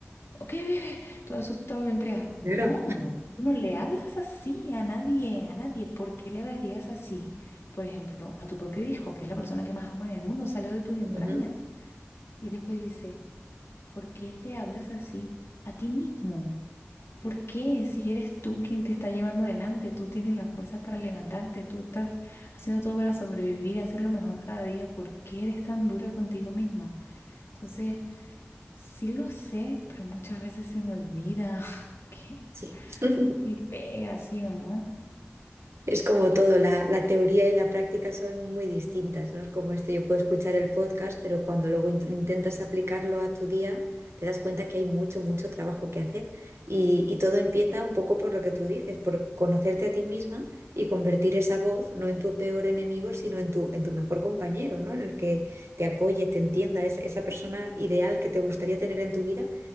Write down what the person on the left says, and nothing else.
Ok, ok, ok, todo asustado y lo entrega. No,
tú no le hablas así a nadie, a nadie. ¿Por qué le hablarías así, por ejemplo, a tu propio hijo, que es la persona que más ama en el mundo, salió de tus entrañas?
Y después dice, ¿por qué le hablas así a ti mismo? ¿Por qué? Si eres tú quien te está llevando adelante, tú tienes las fuerzas para levantarte, tú estás haciendo todo para sobrevivir y hacerlo mejor cada día, ¿por qué eres tan dura contigo misma? Entonces... Sí lo sé, pero muchas veces se me olvida <laughs> que
y pega, ¿sí o no?